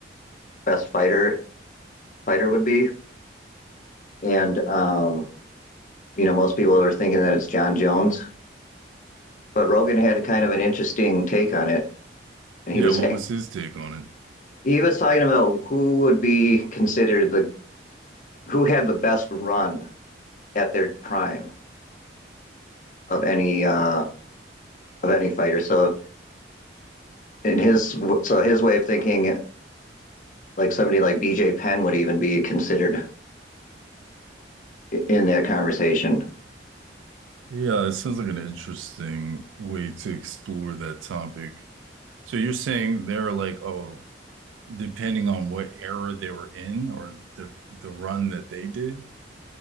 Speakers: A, on the left (about 40°); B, on the right (about 90°).
A: best fighter fighter would be. And um, you know, most people are thinking that it's John Jones, but Rogan had a kind of an interesting take on it, and
B: Yeah,
A: he was
B: what
A: saying
B: was his take on it?
A: he was talking about who would be considered the who had the best run at their prime of any uh, of any fighter. So in his so his way of thinking, like somebody like BJ Penn would even be considered in that conversation.
B: Yeah, it sounds like an interesting way to explore that topic. So you're saying they're like, oh, depending on what era they were in or the the run that they did,